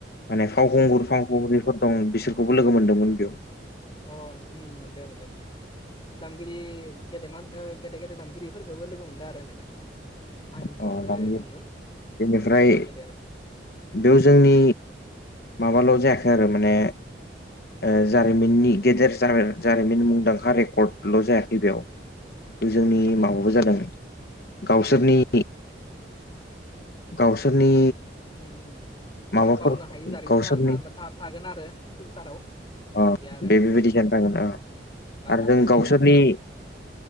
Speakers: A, on the left; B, on the left.
A: माने फावखुंगुर
B: उम उम
A: फावखुंग्रिफोर दं बिसोरखौबो लोगो मोन्दोंमोन बेयाव।
B: अ उम मोनदो मोनदों दामगिरि गेदेमा ओ गेदे गेदे दामगिरिफोरखोबो लोगो मोनदों आरो नोंथां। आंनि
A: अ
B: जिङावनो
A: दानि
B: दंमोन
A: बेनिफ्राय
B: गेदेर गेदेर
A: बेयाव जोंनि माबाल' जायाखै आरो माने ओ जारिमिननि गेदेर जारिमिन मुंदांखा रेकर्डल' जायाखै बेयाव। जोंनि
B: उम
A: माबाबो
B: उम
A: जादों
B: दे
A: गावसोरनि
B: उम
A: गावसोरनि
B: उम माने
A: माबाफोर
B: बावनो हायि जारिमिन
A: गावसोरनि
B: जानानै था-था-थागोन आरो फिउसाराव।
A: अ
B: बिदि आरो
A: बे बेबायदि जानो थागोन आरो
B: उम बावगारनो
A: जों
B: हायै
A: गावसोरनि
B: जारिमिन